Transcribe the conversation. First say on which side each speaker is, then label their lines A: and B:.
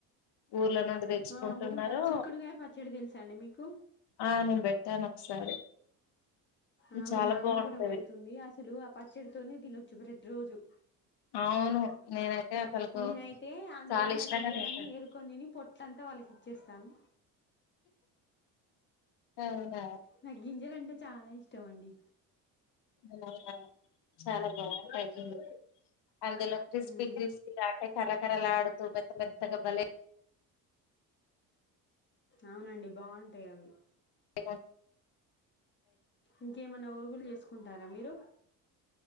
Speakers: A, on the left; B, on the left.
A: ఊర్ల నుండి తెచ్చుకుంటున్నారు
B: ఆ బుడంకాయలు చిక్కుడుగాయ పచ్చడి తెలుసాండి మీకు
A: ఆ నేను పెట్టాను ఒకసారి
B: అవును
A: చాలా
B: మా
A: బాగుంటది
B: అమ్మ కూడా పెడుతుంది అసలు ఆ పచ్చడితోనే తినొ చ్చు ప్రతి రోజు
A: అవును నేనైతే అసలుకు
B: నేనైతే అందులో
A: చాలా
B: ఉన్న
A: ఇష్టంగా
B: గింజలన్ని
A: తింటాను
B: ఏరుకొనితిని పొట్లంతా వాళ్ళక్ కిచ్చేస్తాను
A: అవునా
B: నాకు గింజలు అంటే చాలా ఇష్టం అండి
A: అవున చాలా బాగుంటాయి అందులో క్రిస్పీ
B: ఉహు
A: క్రిస్పీ దక కరకరలాడుతు మెత్తమెత్తగా బలే
B: అవునండి బాగుంటాయి అవి
A: అ
B: ఇంకేమన్నా ఒరుగులు చేసుకుంటారా మీరు